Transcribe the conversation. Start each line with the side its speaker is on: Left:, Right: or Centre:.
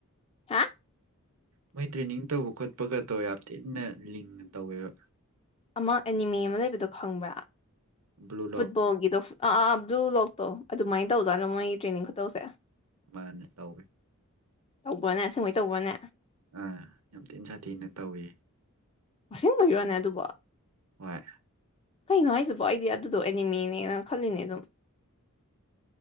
Left: ꯍꯥ
Right: ꯃꯣꯏ ꯇ꯭ꯔꯦꯅꯤꯡ ꯇꯧꯕ ꯈꯣꯠꯄꯒꯗꯣ ꯌꯥꯝ ꯊꯤꯟꯅ ꯂꯤꯡꯅ ꯇꯧꯋꯦꯕ
Left: ꯑꯃ ꯑꯦꯅꯤꯃꯦ ꯑꯃ ꯂꯩꯕꯗꯣ ꯈꯪꯕ꯭ꯔꯥ
Right: ꯕ꯭ꯂꯨ ꯂꯣꯛ
Left: ꯐꯨꯠꯕꯣꯜꯒꯤꯗꯣ ꯐꯨ ꯑꯥ ꯑꯥ ꯕ꯭ꯂꯨ ꯂꯣꯛꯇꯣ ꯑꯗꯨꯃꯥꯏꯅ ꯇꯧꯖꯥꯠꯅꯣ ꯃꯣꯏꯒꯤ ꯇ꯭ꯔꯦꯅꯤꯡ ꯈꯨꯇꯧꯁꯦ
Right: ꯃꯥꯅꯦ ꯇꯧꯋꯦ
Left: ꯇꯧꯕ꯭ꯔꯅꯦ ꯑꯁꯦꯡꯕꯩ ꯇꯧꯕ꯭ꯔꯅꯦ
Right: ꯑꯥ ꯌꯥꯝ ꯊꯤꯟ ꯁꯥꯊꯤꯅ ꯇꯧꯏ
Left: ꯑꯁꯦꯡ ꯕꯩꯔꯣꯅꯦ ꯑꯗꯨꯕꯣ
Right: ꯍꯣꯏ
Left: ꯀꯩꯅꯣ ꯍꯥꯏꯁꯤꯕꯣ ꯑꯩꯗꯤ ꯑꯗꯨꯗꯣ ꯑꯦꯅꯤꯃꯦꯅꯦꯅ ꯈꯜꯂꯤꯅꯦ ꯑꯗꯨꯝ